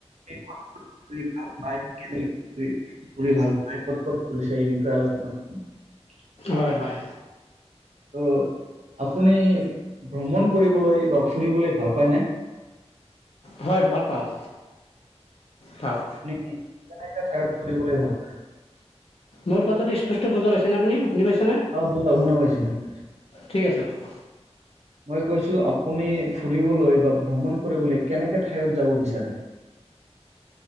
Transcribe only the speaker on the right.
ভাল প কেনেক ফুৰি ভাল পায় ক'ত ক'ত ফুৰিছে এই বিষয়ে আলোচনা কৰিম।
ত' আপুনি ভ্ৰমণ কৰিবলৈ বা ফুৰিবলৈ ভাল পায়নে?
নেতি কোন ঠাইত ফুৰিবলৈ ভাল পায়?
অহ বলা শুনা পাইছো শুনা পাইছো,
মই কৈছোঁ আপুনি ফুৰিবলৈ বা ভ্ৰমণ কৰিবলৈ কেনেকে ঠায়ত যাব বিচাৰে?